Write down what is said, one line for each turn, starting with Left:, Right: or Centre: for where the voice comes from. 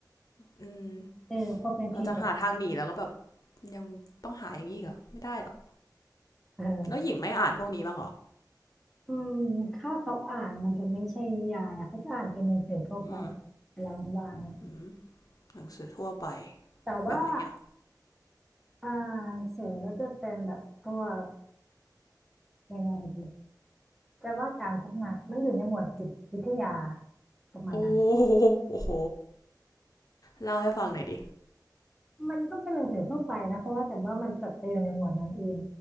Left: อืม
Centre: เออพอเป็นพีเรียด
Left: เราจะหาทางหนีแล้วก็แบบยังต้องหาอย่างนี้อกเหรอไม่ได้หรอก
Centre: เออ
Left: แล้วหญิงไม่อ่านพวกนี้บ้างหรอ
Centre: อืมถ้าเขาอ่านมันจะไม่ใช่นิยายอะเขาจะอ่านเป็นหนังสือทั่วไป
Left: อืม
Centre: เวลาว่างๆเนี่ย
Left: อืมหนังสือทั่วไป
Centre: แต่ว่า
Left: แบบไหนอ่ะ
Centre: อ่าหนังสือก็จะเป็นแบบพวกยังไงดีแต่ว่าการพัฒนามันอยู่ในหมวดจิตวิทยาประมาณนั้น
Left: โอ้โหเล่าให้ฟังหน่อยดิ
Centre: มันก็เป็นหนังสือทั่วไปนะคะว่าแต่ว่ามันจัดไปอยู่ในหมวดนั้นเอง